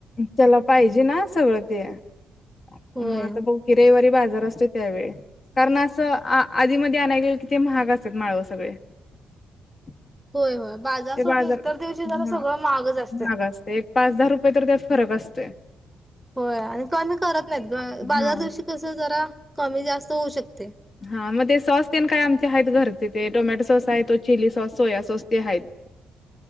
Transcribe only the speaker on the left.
त्याला पाहिजे ना सगळं ते मग
आता बघू की रविवारी बाज जार असतो त्यावेळी कारण अस आधी मधी आणय गेलो किती महाग असतात ना हो सगळे. <inaudible>
ते
हा
महाग असते एक पाच दहा रुपये तर त्यात फरक असतोय
हा
हा मग ते सॉस ते न काय आमचे हायत घरचे ते टोमॅटो सॉस आहेत चिली सॉस सोया सॉस ते हायेत. <inaudible>